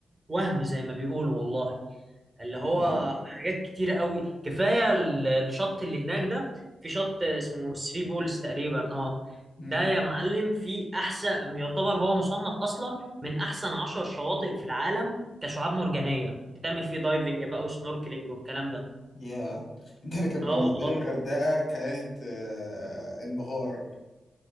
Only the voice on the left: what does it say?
والله
امم
ياه <laughs> ده انا كان
بالنسبه
لي الغردقه كانت آه، انبهار